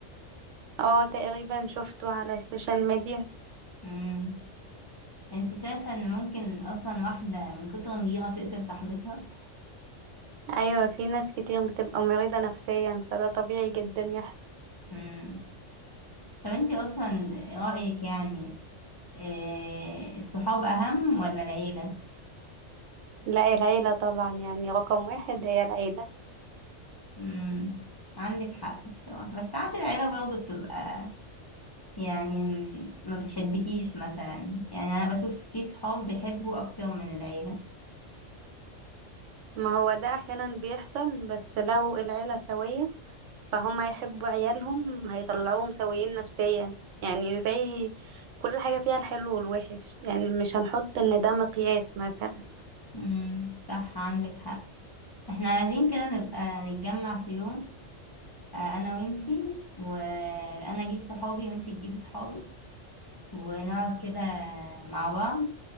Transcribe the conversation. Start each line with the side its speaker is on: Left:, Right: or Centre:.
Right: اه تقريبا شفته على السوشيال ميديا
Left: امم انت شايفة ان ممكن اصلا واحدة من كتر الغيرة تقتل صاحبتها
Right: ايوه في ناس كتير بتبقى مريضة نفسيا فده طبيعي جدا يحصل
Left: امم طب انت اصلا رأيك يعني إيه الصحاب اهم ولا العيلة
Right: لا العيلة طبعا يعني رقم واحد هي العيلة
Left: امم عندك حق بصراحة بس ساعات العيلة برضه بتبقى يعني م- ما بتحبكيش مثلا يعني أنا بشوف في صحاب بيحبوا أكتر من العيلة
Right: ما هو ده أحيانا بيحصل بس لو العيلة سوية فهم هيحبوا عيالهم هيطلعوهم سويين نفسيا يعني زي كل حاجة فيها الحلو والوحش يعني مش هنحط إن ده مقياس مثلا
Left: امم صح عندك حق احنا عايزين كده نبقى نتجمع في يوم آه، أنا وإنتي وأنا أجيب صحابي وإنتي تجيبي صحابك ونقعد كده مع بعض